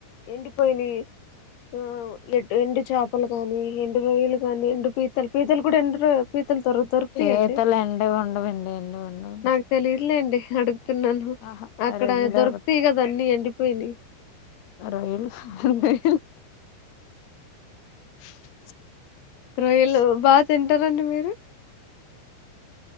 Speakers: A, on the left; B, on the left.
A: ఎండి పోయినయ్ ఉహు ఎ ఎండు చేపలు గాని ఎండు రొయ్యలు కాని ఎండు పీతలు పీతలు కూడా ఎండు అత్తను త్వర దొకుతయ
B: పీతలు
A: అండి
B: ఎండవి ఉండవండి ఎండవి ఉండవు
A: నాకు తెలి ఇర్లే అండి న్నాను
B: ఆహా
A: అక్కడ
B: రొయ్యలు
A: దొకుతాయి కదా అన్నీ ఎండిపోనయి
B: ఆ రొయ్యలు రోయ్యాలు అ
A: రొయ్యలు
B: బ
A: బాగా తింటారండి మీరు